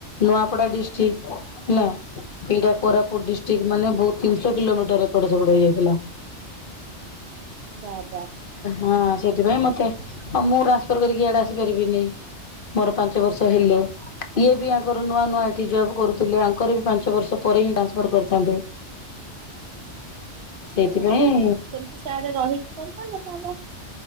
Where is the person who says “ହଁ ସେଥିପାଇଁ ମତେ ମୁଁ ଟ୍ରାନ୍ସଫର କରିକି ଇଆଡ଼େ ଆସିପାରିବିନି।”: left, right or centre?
Left